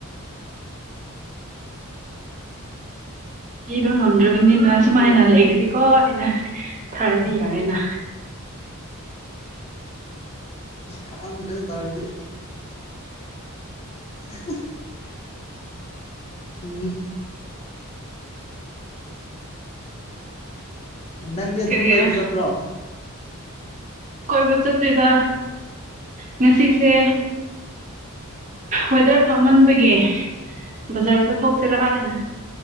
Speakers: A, on the right; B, on the left.
A: ꯄꯤꯕ ꯉꯝꯗ꯭ꯔꯕꯅꯤꯅ ꯁꯨꯃꯥꯏꯅ ꯂꯩꯈ꯭ꯔꯦꯀꯣ ꯍꯥꯏꯅ ꯈꯥꯔꯗꯤ
B: ꯍꯣꯏ
A: ꯌꯥꯔꯦꯅ
B: ꯑꯁ ꯈꯥꯡꯗ꯭ꯔꯦ ꯇꯧꯔꯤꯁꯤ <inaudible> ꯎ <unintelligible> ꯅꯪꯗꯤ ꯑꯗꯨꯝ
A: ꯀꯔꯤꯔ
B: ꯀꯣꯏꯕ ꯆꯠꯄ꯭ꯔꯣ
A: ꯀꯣꯏꯕ ꯆꯠꯇꯦꯗ ꯉꯁꯤꯁꯦ ꯋꯦꯗꯔ ꯐꯃꯟꯕꯒꯤ ꯕꯖꯥꯔ ꯆꯠꯊꯣꯛꯁꯤꯔꯥ ꯍꯥꯏꯅ